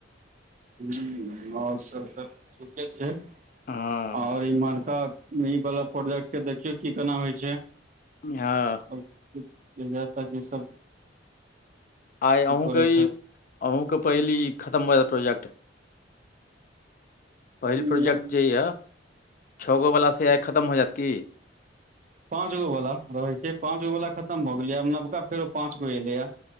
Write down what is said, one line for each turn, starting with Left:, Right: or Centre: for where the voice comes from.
Right: जी और सब तऽ ठीके छै <inaudible>
Left: हँ
Right: और इम्हर तऽ ई वला प्रोजेक्ट कऽ देखियौ की केना होइ छै।
Left: हँ
Right: <unintelligible>
Left: आइ
Right: की
Left: अहूँकेँ
Right: करै
Left: ई अहूँकेँ पहिल ई खतम भऽ जैत ई प्रोजेक्ट
Right: छथि
Left: पहिल प्रोजेक्ट जे यऽ छ गो वला से आइ खतम हो जैत की।
Right: पांच गो वाला रहै छै पांच गो वाल खतम भऽ गेलिया आब नबका फेर पंच गो एले या